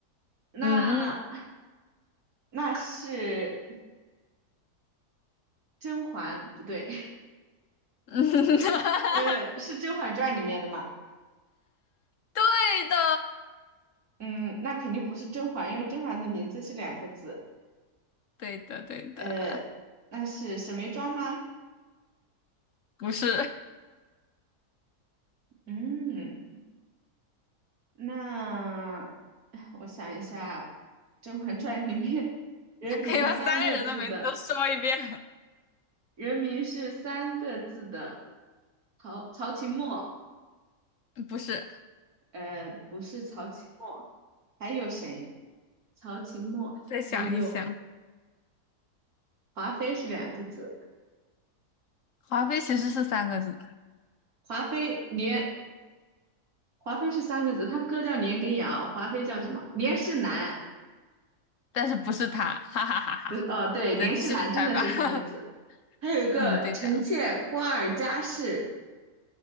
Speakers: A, on the right (about 70°); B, on the left (about 65°).
A: 那
B: 嗯
A: 那是甄嬛，不对，
B: 嗯，<laughs>
A: <laughs> 呃，是《甄嬛传》里面的吗？
B: 对的，
A: 嗯，那肯定不是甄嬛，因为甄嬛的名字是两个字，
B: 对的对的，
A: 呃，那是沈眉庄吗？
B: 不是，
A: 嗯，那哎我想一下，《甄嬛传》里面“人名”三个字的
B: <laughs> 可以把三个人的名字都说一遍，
A: “人名”是三个字的曹曹琴墨，
B: <laughs> 不是，
A: 呃，不是曹琴墨，还有谁？曹琴墨，
B: 再想一想。
A: 还有华妃是两个字，
B: 华妃其实是三个字的，
A: 华妃连华妃是三个字，她哥叫连根瑶，华妃叫什么？连世兰，
B: 但是不是他，哈哈哈哈！
A: 不是，哦，对，连世兰真的是三个字。
B: 再继续猜吧。<laughs>
A: 还有一个臣妾瓜尔佳氏，
B: 嗯，对的，